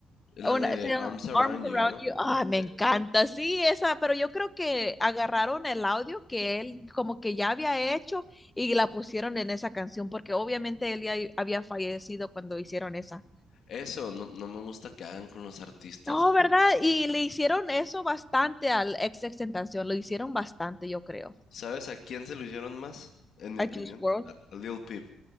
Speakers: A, on the left (about 65°); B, on the left (about 15°).
A: La
B: Una,
A: de
B: se llama
A: Arms Around
B: Arms Around
A: You, ¿no?
B: You. Ah, me
A: Sí.
B: encanta, sí, esa, pero yo creo que agarraron el audio que él como que ya había hecho y la pusieron en esa canción porque obviamente él ya había fallecido cuando hicieron esa.
A: Eso no, no me gusta que hagan con los artistas.
B: No, ¿verdad? Y le hicieron eso bastante al ex extentación, lo hicieron bastante, yo creo.
A: ¿Sabes a quién se lo hicieron más? En mi opinión,
B: A Juice World,
A: a, a Lil Peep.